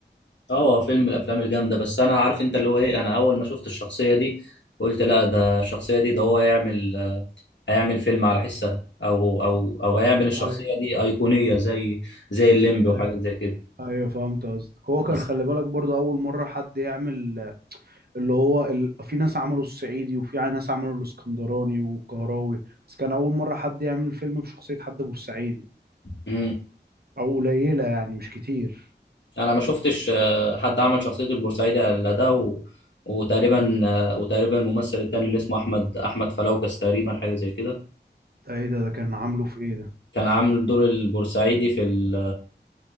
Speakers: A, on the left; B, on the right.
A: اه هو فيلم من الافلام الجامده بس انا عارف انت اللي هو ايه انا اول ما شفت الشخصيه دي قلت لا ده الشخصيه دي ده هو هيعمل هيعمل فيلم على حسها او او او هيعمل الشخصيه
B: ايوه
A: دي ايقونيه زي زي الليمبي
B: ايوه
A: وحاجات زي كده
B: ايوه فهمت قصدك هو كان
A: بس
B: خلي بالك برضه اول مره حد يعمل اللي هو ال... في ناس عملوا الصعيدي وفي ناس عملوا الاسكندراني والقهراوي بس كان أول مرة حد يعمل فيلم بشخصية حد بورسعيدي
A: امم
B: أو قليلة يعني مش كتير
A: انا ما شفتش آه، حد عمل شخصيه البورسعيدي الا ده و... وتقريبا آه، وتقريبا الممثل التاني اللي اسمه احمد احمد فلوكس تقريبا حاجه زي كده
B: ده إيه ده ده كان عامله في إيه ده؟
A: كان عامل دور البورسعيدي في ال...